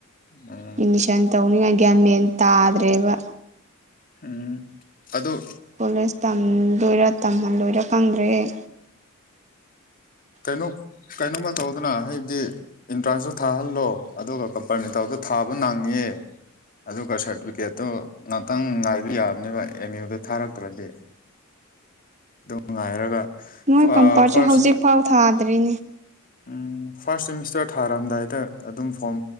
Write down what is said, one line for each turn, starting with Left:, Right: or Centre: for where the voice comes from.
Left: ꯎꯝ
Right: ꯑꯦꯠꯃꯤꯁꯟ ꯇꯧꯅꯤꯡꯉꯥꯏ ꯒ꯭ꯌꯥꯟ ꯃꯦꯟ ꯇꯥꯗ꯭ꯔꯦꯕ
Left: ꯎꯝ ꯑꯗꯨ
Right: ꯀꯣꯂꯦꯖ ꯇꯝꯗꯣꯢꯔ ꯇꯝꯍꯜꯂꯣꯏꯔ ꯈꯪꯗ꯭ꯔꯦ ꯑꯩ
Left: ꯀꯩꯅꯣ ꯀꯩꯅꯣꯝꯃ ꯇꯧꯗꯅ ꯍꯥꯏꯕꯗꯤ ꯑꯦꯟꯇ꯭ꯔꯥꯟꯁꯇꯣ ꯊꯥꯍꯜꯂꯣ ꯑꯗꯨꯒ ꯀꯝꯄꯔꯃꯦꯟꯇꯦꯜꯗꯣ ꯊꯥꯕ ꯅꯡꯉꯦ ꯑꯗꯨꯒ ꯁꯥꯔꯇꯤꯐꯤꯀꯦꯠꯇꯨ ꯉꯥꯛꯇꯪ ꯉꯥꯏꯕ ꯌꯥꯕꯅꯦꯕ ꯑꯦꯝ ꯌꯨꯗ ꯊꯥꯔꯛꯈ꯭ꯔꯗꯤ ꯑꯗꯨꯝ ꯉꯥꯏꯔꯒ
Right: ꯃꯣꯏ
Left: ꯑꯥ
Right: ꯀꯝꯄꯥꯔꯠꯁꯨ
Left: ꯐꯥꯔꯁ
Right: ꯍꯧꯖꯤꯛꯐꯥꯎ ꯊꯥꯗ꯭ꯔꯤ
Left: ꯎꯝ ꯐꯥꯔꯁ ꯁꯦꯃꯤꯁꯇꯔ ꯊꯥꯔꯝꯗꯥꯏꯗ ꯑꯗꯨꯝ ꯐꯣꯝ